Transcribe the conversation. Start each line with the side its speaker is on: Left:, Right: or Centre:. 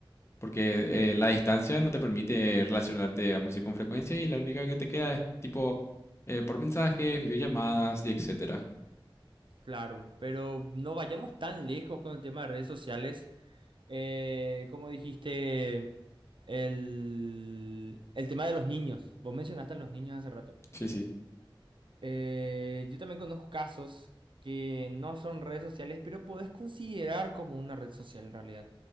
Left: porque
Right: Sí.
Left: eh, la distancia no te permite relacionarte, vamos a decir, con frecuencia y la única que te queda es tipo eh, por mensajes, videollamadas y etcétera.
Right: Claro, pero no vayamos tan lejos con el tema de redes sociales. Eh, como dijiste, el, el tema de los niños. Vos mencionaste a los niños hace rato.
Left: Sí, sí.
Right: Eh, yo también conozco casos que no son redes sociales, pero podés considerar como una red social en realidad.